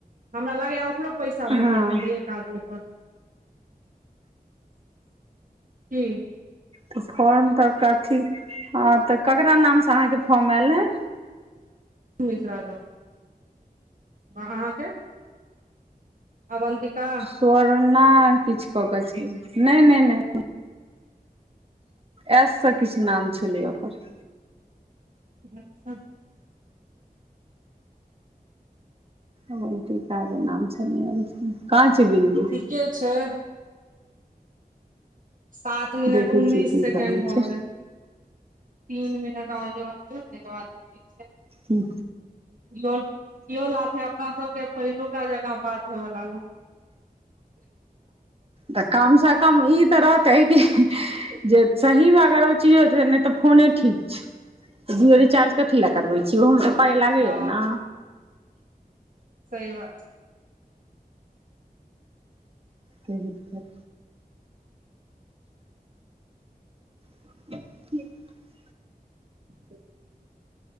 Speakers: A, on the right; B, on the right.
A: हमरा लगै या ओकरो पैसा भेटैत
B: हँ
A: हेतै एक आदमी पर। की
B: तऽ फॉर्म तऽ कथी ह तऽ केकरा नाम से अहाँके फॉर्म आयल रहा?
A: <unintelligible> अहाँके? अवंतिका
B: तोहरना किछु क के छैय नहि नहि नहि। एशसँ किछु नाम छलै ओकर।
A: <unintelligible>
B: अवंतिकाके नाम छलैया काँहां छैय बिल्ली?
A: के छैय? सात मिनट
B: देखे
A: उन्नीस
B: छियै की
A: सेकेंड
B: सब होइ
A: भऽ
B: छै
A: गेल। तीन मिनट <unintelligible> बाद ठीक छैय।
B: हूं
A: इहो लाथे अपना सबके पहिलुका जका बात हेव लागल।
B: तऽ कमसँ कम ई तऽ रहतै कि जे सहीमें अगर ओ चीज होत नहि तऽ फोने ठीक छैय। जिओ रीचार्ज कथी लए करबै छीयै ओहोमे तऽ पाइ लागैया
A: हँ
B: ने।
A: सही बात।
B: सही बात <unintelligible>
A: <inaudible>